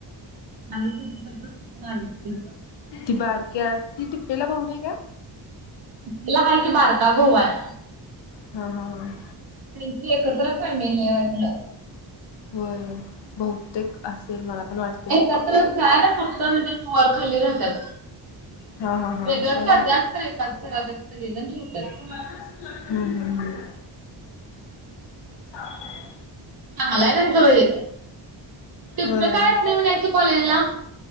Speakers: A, on the right; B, on the left.
A: आणि तपिप <inaudible>
B: ती बारक्या ती टिप्प्याला भाऊ नाय काय.
A: तीला हाय कि बारका भाऊ आहे.
B: हां हां हां
A: त्यांची एकत्र फॅमिली आहे वाटतं.
B: होय बहुतेक असं ते मला प वाटतं <inaudible>
A: एकत्र काय फक्त म्हणजे वर खाली राहतात.
B: हा हा हा
A: वेगळंच
B: असेल
A: राहतात, खंर एकाच घरात सगळे जन फिरत्यात.
B: हम्म हम्म हम्म हां...
A: चांगल्यात तेच बाई, टिप्पी
B: होय
A: का यते नाय म्हणायचं कॉलेजला?